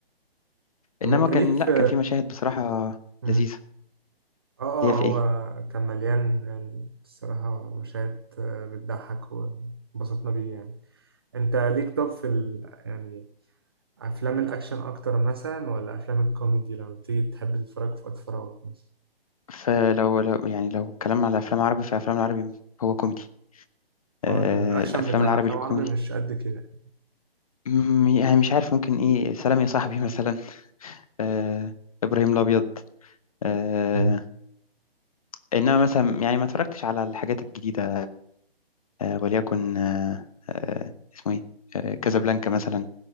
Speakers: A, on the right; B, on the left.
A: طب
B: انما
A: انت
B: كان
A: ليك في
B: لا كان في مشاهد بصراحه
A: م.
B: لذيذه
A: اه
B: اللي
A: اه
B: هي في
A: هو
B: ايه
A: كان مليان يعني الصراحة مشاهد آه، بتضحك وانبسطنا بيه يعني انت ليك طب في ال... يعني افلام الاكشن اكتر مثلا ولا افلام الكوميدي لما بتيجي تحب تتفرج في وقت فراغك مثلا
B: فلو لو يعني لو اتكلمنا على افلام عربي فافلام العربي هو كوميدي آه
A: اه لأن الاكشن
B: الافلام
A: بتاع
B: العربي
A: الافلام
B: الكوميدي
A: العربي مش قد كده يعني.
B: مم، يعني مش عارف ممكن ايه سلام يا صاحبي مثلا آه ابراهيم الابيض آه
A: مم.
B: انما مثلا يعني ما اتفرجتش على الحاجات الجديده آه وليكن آه آه اسمه ايه آه كازابلانكا مثلا